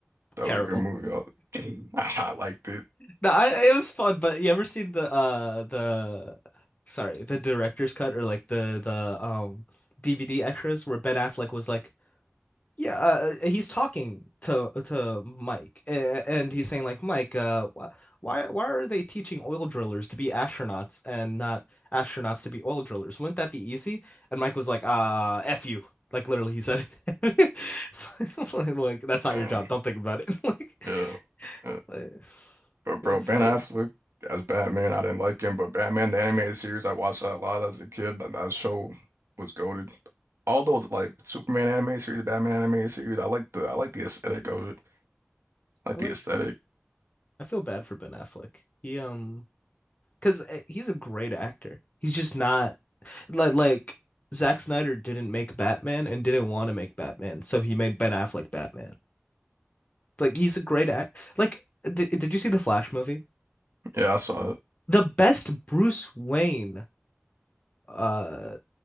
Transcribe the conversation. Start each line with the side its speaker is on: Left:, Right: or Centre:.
Right: That
Left: Terrible.
Right: was a good movie. I, <laughs> I liked it.
Left: No, I, it was fun, but you ever seen the uh the sorry, the director's cut or like the the um DVD extras where Ben Affleck was like, yeah, uh, uh, he's talking to to Mike a- and he's saying like, Mike, uh wh why why are they teaching oil drillers to be astronauts and not astronauts to be oil drillers? Wouldn't that be easy? And Mike was like, uh, F you. Like literally he said it. <laughs> Like, that's not
Right: And
Left: your job. Don't think about it. <laughs>
Right: yeah, yeah.
Left: Like,
Right: But bro,
Left: like, it's
Right: Ben
Left: funny.
Right: Affleck as Batman, I didn't like him. But Batman, the animated series, I watched that a lot as a kid. That, that show was goated. All those like Superman animated series, Batman animated series, I like the I like the aesthetic of it. like
Left: I like
Right: the aesthetic.
Left: um I feel bad for Ben Affleck. He um cuz he's a great actor. He's just not like like Zack Snyder didn't make Batman and didn't want to make Batman, so he made Ben Affleck Batman. Like he's a great act. Like did, did you see the Flash movie?
Right: Yeah, I saw it.
Left: The best Bruce Wayne uh